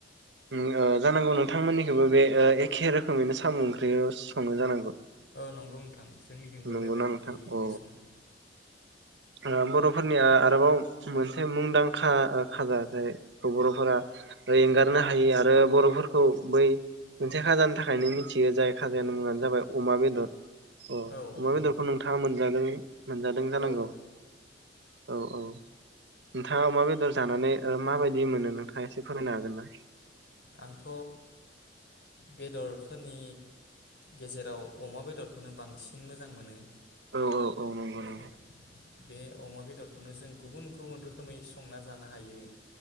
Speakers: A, on the right; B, on the left.
A: उम ओ जानांगौ नोंथांमोननिखोबो बे ओ एखे रोखोमैनो साम' ओंख्रिखो सङो जानांगो।
B: औ नंगौ नोंथां जोंनिथिंबो
A: नंगौ
B: बेबायदियैनो
A: ना नोंथां औ
B: सङो
A: ओ बर'फोरनि आरोबाव मोनसे मुंदां खा खाजा जायखौ बर'फोरा एंगारनो हायि आरो बर'फोरखौ बै मोनसे खाजानि थाखायनो मिथियो जाय खाजानि मुङानो जाबाय अमा बेदर। ओ
B: औ
A: अमा
B: नंगौ
A: बेदरखौ
B: नोंथां
A: नोंथाङा मोनजादों मोनजादों जानांगौ
B: औ
A: औ औ। <unintelligible> नोंथाङा अमा बेदर जानानै ओ माबायदि मोनो नोंथाङा एसे फोरमायनो हागोन ना?
B: आंथ' बेदरफोरनि गेजेराव अमा बेदरखौनो बांसिन मोजां मोनो
A: औ औ औ नंगौ नंगौ
B: औ बे अमा बेदरखौनो जों गुबुन गुबुन रोखोमै संना जानो हायो।